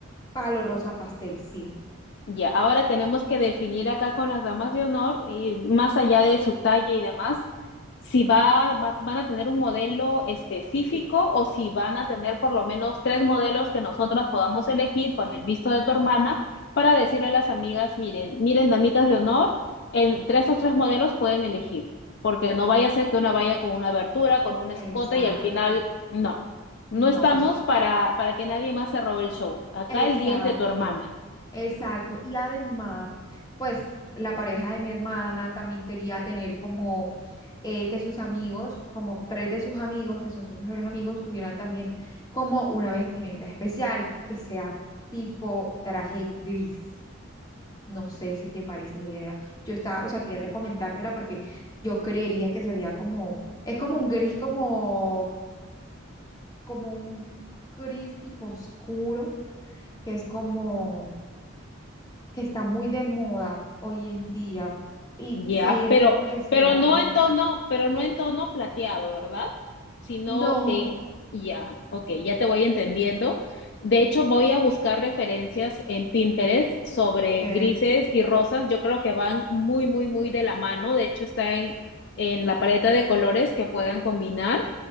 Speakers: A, on the left; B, on the left.
A: palo rosa pastel, sí.
B: Ya, ahora tenemos que definir acá con las damas de honor, y más allá de su talla y demás, si va, va- van a tener un modelo específico o si van a tener por lo menos tres modelos que nosotras podamos elegir con el visto de tu hermana para decirle a las amigas, miren, miren, damitas de honor, entre esos tres modelos pueden elegir, porque no vaya a ser que una vaya con una abertura, con un escote
A: Exacto.
B: y al final, no. No
A: No,
B: estamos
A: es
B: para, para que nadie más se robe el show. Acá
A: exacto,
B: el día es de tu hermana.
A: exacto. Y además, pues la pareja de mi hermana también quería tener como eh, que sus amigos, como tres de sus amigos, que son sus mejores amigos, tuvieran también como una vestimenta especial, que sea tipo traje gris. No sé si te parece la idea. Yo estaba, o sea, quería te comentártela porque yo creería que se vería como, es como un gris, como, como un gris tipo oscuro que es como que está muy de moda hoy en día y
B: Ya,
A: siento
B: pero,
A: que sería
B: pero no
A: bueno.
B: en tono, pero no en tono plateado, ¿verdad? Sino,
A: No,
B: eh, ya, ok, ya te voy entendiendo. De hecho, voy a buscar referencias en Pinterest sobre
A: Ok,
B: grises y rosas. Yo creo que van muy, muy, muy de la mano. De hecho, está en, en la paleta de colores que puedan combinar.